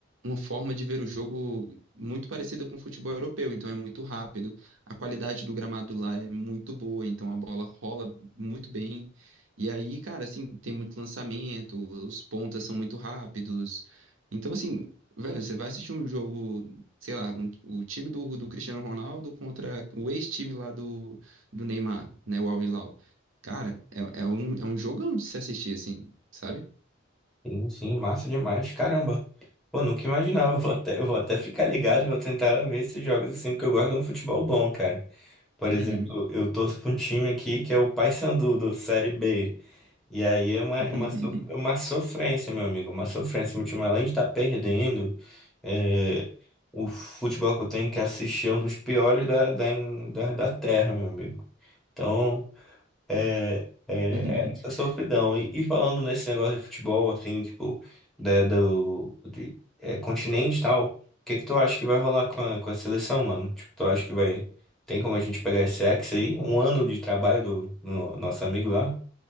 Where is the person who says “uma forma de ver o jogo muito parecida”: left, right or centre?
Right